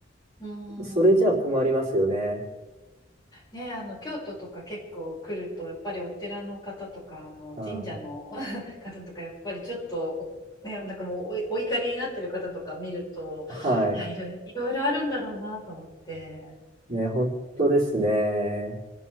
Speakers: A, on the left; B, on the right.
A: うん。
B: それじゃあ困りますよね。
A: ね、あの京都とか結構来るとやっぱりお寺の方とかあの神社の
B: うん、
A: <laughs> 方とかやっぱりちょっとお、ね、なんかもうお、お怒りになってる方とか見るといやいろいろ、
B: はい。
A: いろいろあるんだろうなと思って。
B: ね、本当ですね。